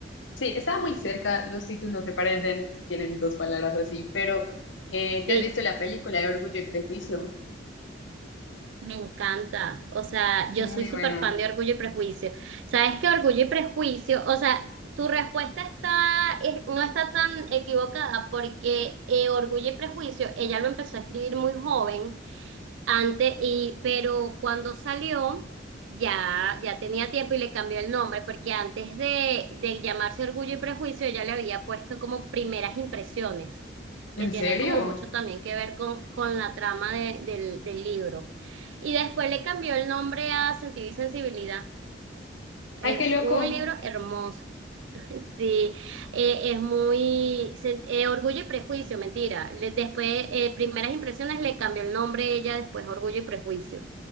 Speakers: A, on the left (about 80°); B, on the right (about 80°).
A: Sí, estaba muy cerca, los títulos se parecen, tienen dos palabras así, pero eh,
B: Sí,
A: ¿te has visto la película de Orgullo y Prejuicio?
B: Me encanta. O sea,
A: Muy
B: yo soy súper
A: buena.
B: fan de Orgullo y Prejuicio. ¿Sabes qué? Orgullo y Prejuicio, o sea, tu respuesta está, es- no está tan equivocada porque eh, Orgullo y Prejuicio, ella lo empezó a escribir muy joven antes, y, pero cuando salió, ya, ya tenía tiempo y le cambió el nombre, porque antes de, de llamarse Orgullo y Prejuicio, ella le había puesto como Primeras Impresiones,
A: ¿En
B: que tiene
A: serio?
B: como mucho también que ver con, con la trama de- del, del libro. Y después le cambió el nombre a Sentido y Sensibilidad. Es
A: Ay, qué loco.
B: un libro hermoso. <laughs> Sí, eh, es muy se- eh, Orgullo y Prejuicio, mentira. Le- después, eh, Primeras Impresiones le cambió el nombre ella, después Orgullo y Prejuicio.